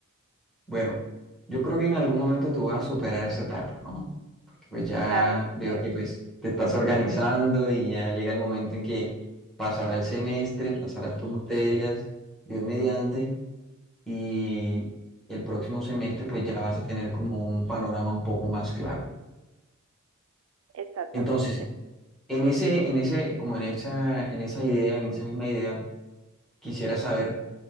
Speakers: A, in the centre; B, on the right (about 70°).
A: Bueno, yo creo que en algún momento tú vas a superar esa etapa, ¿no? Porque pues ya
B: Claro,
A: veo
B: pero
A: que pues te estás organizando y ya llega el momento en que pasará el semestre, pasarás tus materias, Dios mediante y el próximo semestre pues ya vas a tener como un panorama un poco más claro.
B: exactamente.
A: Entonces, en ese, en ese, como en esa, en esa idea, en esa misma idea, quisiera saber